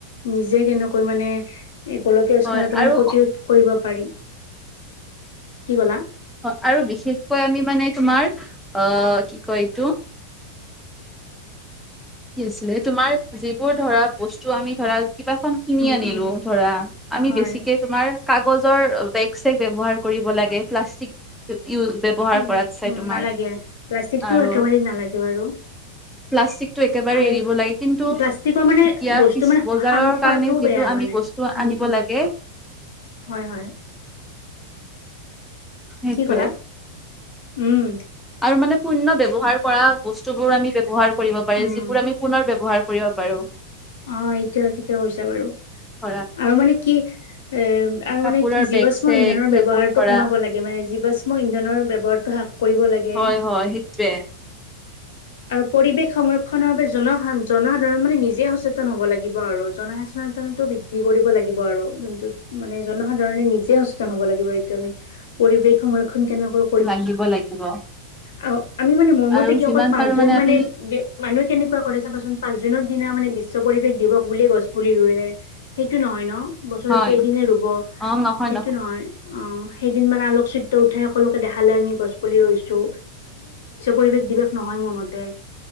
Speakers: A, on the left; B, in the centre.
A: নিজে কেনেকৈ মানে এই গোলকীয় উষ্ণতা
B: হয়
A: মানে
B: আৰু
A: প্ৰতিৰোধ কৰিব পাৰি, কি ক'লা?
B: হয় আৰু বিশেষকৈ আমি মানে তোমাৰ অ' কি কয় এইটো কি আছিলে, তোমাৰ যিবোৰ ধৰা বস্তু আমি ধৰা কিতাপখন কিনি
A: উম
B: আনিলো
A: উম
B: ধৰা আমি
A: হয়
B: বেছিকে তোমাৰ কাগজৰ বেগ-চেগ ব্যৱহাৰ কৰিব লাগে, প্লাষ্টিক ব্য ইউ, ব্যৱহাৰ
A: উম
B: কৰাত চাই
A: উম
B: তোমাৰ,
A: নালাগে প্লাষ্টিকটো
B: আৰু
A: একেবাৰেই নালাগে বাৰু?
B: প্লাষ্টিকটো একেবাৰে
A: আৰু
B: এৰিব লাগে। কিন্তু
A: প্লাষ্টিকৰ মানে
B: এতিয়া
A: বস্তু
B: কি
A: মানে খোৱাটোও
B: বজাৰৰ কাৰণে যিহেতু
A: বেয়া
B: আমি
A: মানে
B: বস্তু স্তু
A: উম
B: আনিব
A: উম
B: লাগে
A: হয়, হয়।
B: সেইটোয়ে
A: কি ক'লা, উম।
B: আৰু মানে পুণ্য ব্যৱহাৰ কৰা বস্তু বোৰ আমি ব্যৱহাৰ কৰিব পাৰে,
A: উম
B: যিবোৰ আমি পুনৰ ব্যৱহাৰ কৰিব পাৰো।
A: অ', এইটোৱে ঠিকে কৈছে বাৰু,
B: ধৰা
A: আৰু মানে কি এ আৰু
B: কাপোৰৰ
A: মানে কি
B: বেগ
A: জীৱাশ্ম
B: চেগ
A: ইন্ধনৰ
B: সেইবোৰ
A: ব্যৱহাৰটো
B: ধৰা
A: কমাব লাগে মানে, জীৱাশ্ম ইন্ধনৰ ব্যৱহাৰটো হ্ৰাস কৰিব লাগে।
B: হয় হয়, সেইটোৱে।
A: আৰু পৰিৱেশ সংৰক্ষনৰ বাবে জনসা, জনসাধাৰণ মানে নিজে সচেতন সচেতন হ'ব লাগিব আৰু, জনসচেতনটো বৃদ্ধি কৰিব লাগিব আৰু যোনটো মানে জনসাধাৰণে নিজে সচে তন হ'ব লাগিব এইটো আমি। পৰিৱেশ সংৰক্ষণ কেনেকৈ
B: লাগিব, লাগিব।
A: আৰু আমি মানে, মোৰমতে
B: আৰু
A: কি
B: যিমান
A: অকল পাঁচজন
B: পাৰো
A: মানে
B: আমি
A: মানুহে কেনেকুৱা কৰে চাবাচোন, পাঁচ জুনৰ দিনা মানে বিশ্ব পৰিৱেশ দিৱস বুলিয়ে গছ পুলি ৰুলে, সেইটো নহয় ন। বছৰত
B: হয়
A: যে এদিনে ৰুব
B: অ নহয়
A: সেইটো নহয়। অ' সেইদিন মানে আলোক চিত্ৰ উঠে সকলোকে দেখালে, আমি গছ পুলি ৰৈছো পৰিৱেশ নিবেশ নহয় মোৰ মতে,